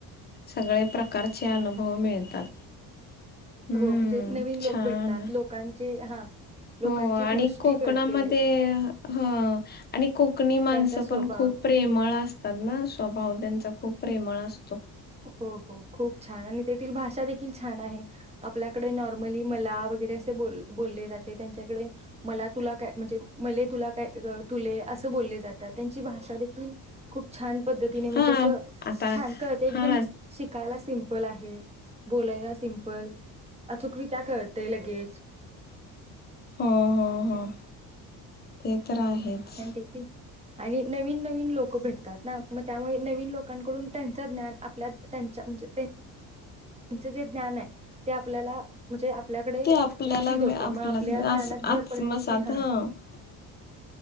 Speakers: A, on the left (about 25°); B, on the right (about 15°).
A: सगळे प्रकारचे अनुभव मिळतात. हम्म
B: हो म्हणजे नवीन
A: छान
B: लोक भेटतात लोकांचे हा लोकांची
A: हो आणि
B: दृष्टी
A: कोकणामध्ये
B: कळते
A: ह आणि कोकणी माणस
B: त्यांचा स्वभाव
A: पण खूप प्रेमळ अस तात ना स्वभाव त्यांचा खूप प्रेमळ असतो.
B: हो हो खूप छान आणि तेथील भाषा देखील छान आहे आपल्याकडे नॉर्मली मला वगैरे असे बो बोलले जाते त्यांच्याकडे मला तुला काय म्हणजे मले तुला काय तुले अस बोलले जातात त्यांची भाषा देखील खूप छान पद्धतीने म्हणजे
A: हा
B: अस
A: आता
B: छान क एकदम
A: हा
B: शिकायला सिम्पल आहे. बोलायाला सिम्पल अचु का कळतेय लगेच
A: हो हो हो <inaudible> तर आहेच.
B: आणि तेथील आणि नवीन नवीन लोक भेटतात ना मग त्यामुळे नवीन लोकांकडून त्यांच ज्ञान आप त्यां म्हणजे त्यांच जे ज्ञान आहे ते आपल्याला म्हणजे आपल्याकडे
A: ते आपल्याला
B: विकसित होत
A: मी
B: मग
A: आपला
B: आपल्या ज्ञानात भर
A: आज
B: पडण्याची
A: मसाद
B: हा
A: ह